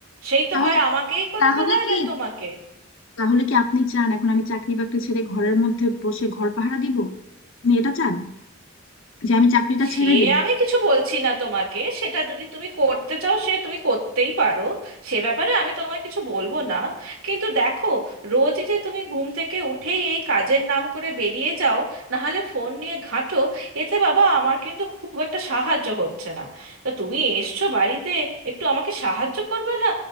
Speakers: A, on the right; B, on the left.
A: সেই তো
B: তাহলে
A: হয় আমাকেই করতে
B: তাহলে
A: হয়
B: কি
A: না তোমাকে
B: তাহলে কি আপনি চান এখন আমি চাকরি বাকরি ছেড়ে ঘরের মধ্যে বসে ঘর পাহারা দিব আপনি এটা চান যে আমি চাকরিটা ছেড়ে
A: সে
B: দিই
A: আমি কিছু বলছি না তোমাকে সেটা যদি তুমি করতে চাও সে তুমি করতেই পারো সে ব্যাপারে আমি তোমায় কিছু বলবো না কিন্তু দেখো রোজই যে তুমি ঘুম থেকে উঠেই এই কাজের নাম করে বেরিয়ে যাও নাহলে ফোন নিয়ে ঘাঁটো এতে বাবা আমার কিন্তু খুব একটা সাহায্য হচ্ছে না তো তুমি এসছো বাড়িতে একটু আমাকে সাহায্য করবে না